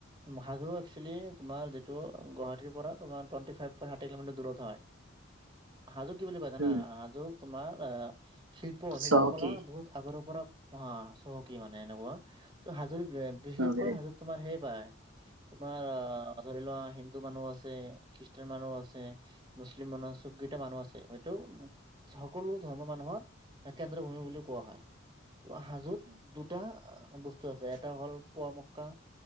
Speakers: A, on the right; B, on the right.
A: মহাধু একচেলি তোমাৰ যিটো গুৱাহাটীৰ পৰা তোমাৰ টুৱেণ্টি ফাইভ কিলোমিটাৰ দূৰত হয় হাজো কি বুলি কয় জানা
B: উম
A: হাজু তোমাৰ অ শিল্প শিল্প
B: চহকী
A: কলা বহুত আগৰে পৰা। অ চহকী মানে এনেকুৱা ত হাজৰি বিশেষকৈ
B: চহকী
A: হাজোৰ তোমাৰ হেয় পাই। তোমাৰ অ ধৰি লোৱা হিন্দু মানুহ আছে খ্ৰীষ্টান মানুহ আছে মুচলিম মুচলিম মানুহৰ চব কেইটা মানুহ আছে হয়টো সকলো ধৰ্মৰ মানুহৰ কেন্দ্ৰ ভূমি বুলি কোৱা হয় ত হাজত দুটা। বস্তু আছে এটা হ'ল পোৱা মক্কা